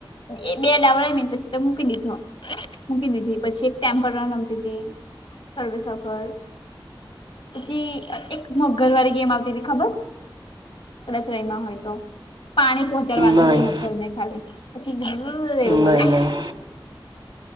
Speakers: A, on the left; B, on the right.
A: એ બે ડાવ મિન પછી મૂકી દીધો મૂકી દીધી પછી એક ટેમરન રમતી હતી સર્વે સફર. પછી એક મગર વાળી ગેમ આવતી હતી ખબર. રચવાઈમાં હોય તો. પાણી પહોંચાડવાનું
B: નહીં
A: હોય મગર ને ખાલી પછીર રહેવું
B: નહીં
A: બે.
B: નહીં